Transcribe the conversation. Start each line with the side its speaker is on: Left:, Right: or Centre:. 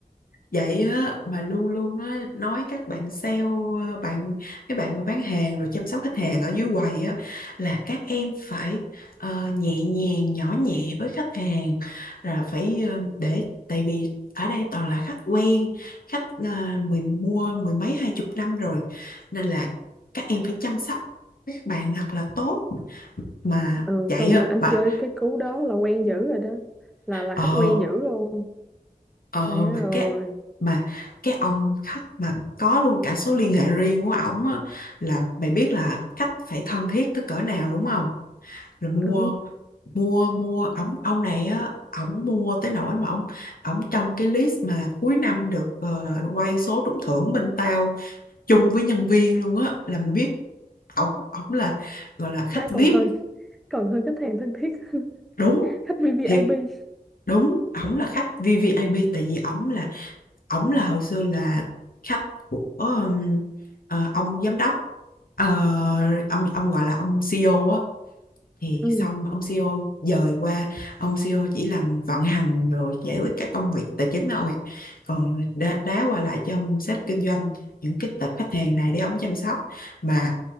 Left: vậy á mà luôn luôn á nói các bạn sale ờ, bạn các bạn mà bán hàng rồi chăm sóc khách hàng ở dưới quầy á là các em phải ờ, nhẹ nhàng nhỏ nhẹ với khách hàng là phải ờ, để tại vì ở đây toàn là khách quen khách uh, mười mua mười mấy hai chục năm rồi nên là các em phải chăm sóc các bạn thật là tốt mà
Centre: ừ
Left: vậy
Centre: xong
Left: á
Centre: rồi anh
Left: mà
Centre: chơi cái cú đó là quen dữ rồi đó là là
Left: ờ
Centre: khách quen dữ luôn
Left: Ờ
Centre: má
Left: mà
Centre: ơi
Left: cái mà cái ông khách mà có luôn cả số liên hệ riêng của ổng á là mày biết là khách phải thân thiết tới cỡ nào đúng không? Rồi mua
Centre: ừ
Left: mua mua ổng ông này á ổng mua tới nỗi mà ổng ổng trong cái list mà cuối năm được ờ, quay số trúng thưởng bên tao chung với nhân viên luôn á là mày biết ổng ổng là gọi là khách
Centre: má
Left: VIP
Centre: còn hơn còn hơn khách hàng thân thiết <laughs>
Left: đúng
Centre: khách VVIP
Left: thiệt đúng ổng là khách VVIP tại vì ổng là ổng là hồi xưa là khách của um, ờ, ông giám đốc Ờ, ông ông gọi là ông CEO á thì
Centre: ừ
Left: xong ông CEO dời qua ông CEO chỉ làm vận hành rồi giải quyết các công việc tài chính thôi còn đá, đá qua lại cho ông sếp kinh doanh những cái tệp khách hàng này để ông chăm sóc mà